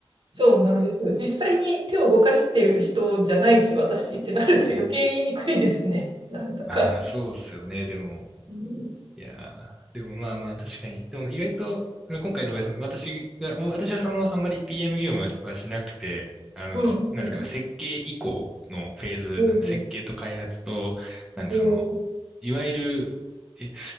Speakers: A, on the right (about 55°); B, in the centre.
A: そうなんですよ。実際に手を動かしてる人じゃないし、私ってなると余計言いにくいですね。
B: うん。
A: <laughs> なんだか。
B: <laughs> ああ、そうっすよね、でも。
A: うん、
B: いやー、でもまあまあ確かに。でも意外と、今回の場合その私が、私はそのあんまり PM 業務はしなくて、あの、
A: うん、
B: そなんですかね、
A: うん、
B: 設計以降のフェーズなんで、
A: うん、
B: 設計と開発と、なんでその、
A: うん。う
B: いわゆる、え、